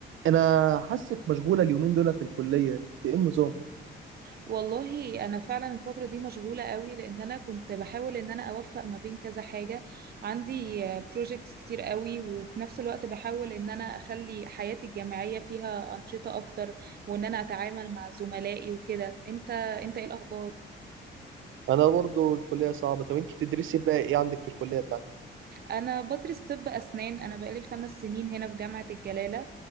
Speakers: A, on the right; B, on the right.
A: انا حاسك مشغوله اليومين دول في الكليه انت ايه النظام
B: والله انا فعلا الفتره دي مشغوله قوي لان انا كنت بحاول ان انا اوفق ما بين كذا حاجه عندي بروجكتس كتير قوي وفي نفس الوقت بحاول ان انا اخلي حياتي الجامعيه فيها انشطه اكتر وان انا اتعامل مع زملائي وكده انت انت ايه الاخبار
A: انا برضو الكليه صعبه طب انت بتدرسي بقى ايه عندك في الكليه بتاعتك
B: انا بدرس طب اسنان انا بقالي خمس سنين هنا في جامعه الجلاله